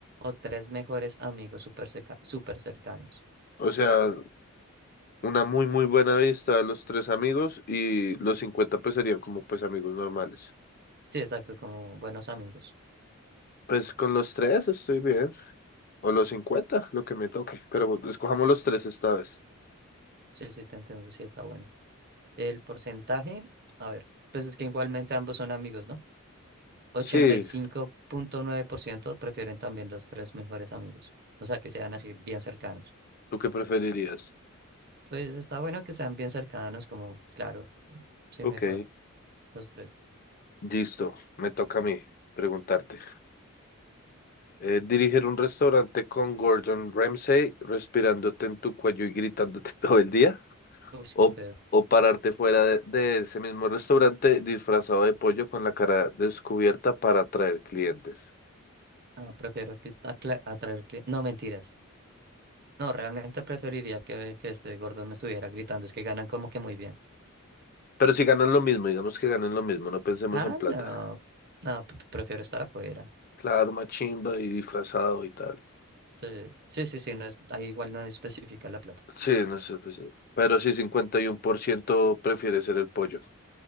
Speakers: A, on the right; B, on the left.
A: O tres mejores amigos súper cerca- súper cercanos.
B: O sea, una muy muy buena vista de los tres amigos y los 50 pues serían como pues amigos normales.
A: Sí, exacto, como buenos amigos.
B: Pues con los tres estoy bien. O los 50 lo que me toque. Pero bu- escojamos los tres esta vez.
A: Sí, sí, te entiendo, sí está bueno. El porcentaje, a ver, pues es que igualmente ambos son amigos, ¿no?
B: Sí,
A: ochenta y cinco punto nueve por ciento prefieren también los tres mejores amigos, o sea, que sean así bien cercanos.
B: ¿tú qué preferirías?
A: Pues está bueno que sean bien cercanos, como, claro, sí,
B: Ok,
A: mejor, los tres.
B: listo, me toca a mí preguntarte. Eh, dirigir un restaurante con Gordon Ramsay, respirándote en tu cuello y gritándote <laughs> todo el día.
A: Uy,
B: O,
A: qué pedo.
B: o pararte fuera de, de ese mismo restaurante disfrazado de pollo con la cara descubierta para atraer clientes.
A: Ah, prefiero que acla- atraer cli- No, mentiras. No, realmente preferiría que, que este gordo me estuviera gritando, es que ganan como que muy bien.
B: Pero si ganan lo mismo, digamos que ganan lo mismo, no pensemos
A: Ah,
B: en plata.
A: no, no, p- prefiero estar afuera.
B: Claro, machimba y disfrazado y tal.
A: Sí, sí, sí, sí, no es, ahí igual no especifica la plata.
B: Sí, no sé, pues, eh, pero sí, 51% prefiere ser el pollo.